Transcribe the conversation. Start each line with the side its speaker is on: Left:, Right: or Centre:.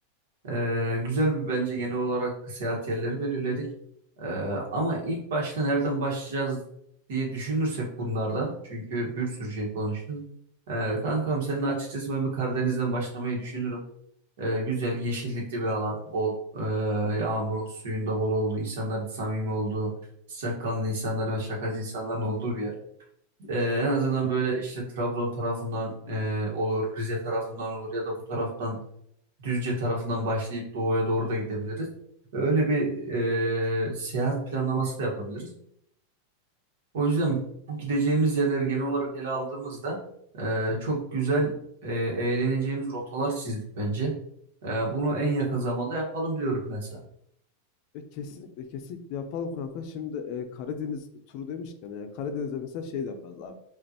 Right: Ee, güzel bir bence genel olarak seyahat yerleri belirledik. Ee, ama ilk başta nereden başlayacağız diye düşünürsek bunlarda, çünkü bir sürü şey konuştum. Ee, kankam seninle açıkçası ben bir Karadeniz'den başlamayı düşünürüm. Ee, güzel yeşillikli bir alan, bol e, yağmurun suyunda bol olduğu, insanların samimi olduğu, sıcakkanlı insanların ve şakacı insanların olduğu bir yer. Ee, en azından böyle işte Trabzon tarafından e, olur, Rize tarafından olur ya da bu taraftan Düzce tarafından başlayıp doğuya doğru da gidebiliriz. Öyle bir e, seyahat planlaması da yapabiliriz. O yüzden bu gideceğimiz yerleri genel olarak ele aldığımızda e, çok güzel e, eğleneceğimiz rotalar çizdik bence. E, bunu en yakın zamanda yapalım diyorum ben sana.
Left: E, kesinlikle kesinlikle yapalım kanka. Şimdi e, Karadeniz turu demişken yani Karadeniz'de mesela şey de yaparız abi.